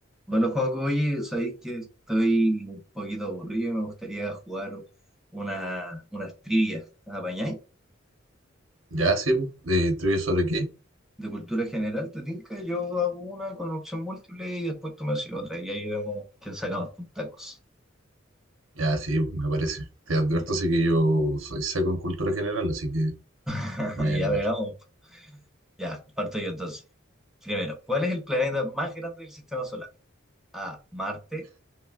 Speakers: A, in the centre; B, on the right (about 85°).
A: Bueno, juego oye, sabéis que estoy un poquito aburrido y me gustaría jugar una, unas trivias. ¿Apañáis?
B: Ya, sí, po. ¿De trivia sobre qué?
A: De cultura general, ¿te tinca? Yo hago una con opción múltiple y después tú me haces otra. Y ahí vemos quién saca más puntacos.
B: Ya, sí, po, me parece. Te advierto,
A: Ya,
B: sí que yo soy seco en cultura general, así que no
A: <laughs>
B: me voy a
A: ya
B: ganar.
A: veamos. Ya, parto yo entonces. Primero, ¿cuál es el planeta más grande del sistema solar? A. Marte.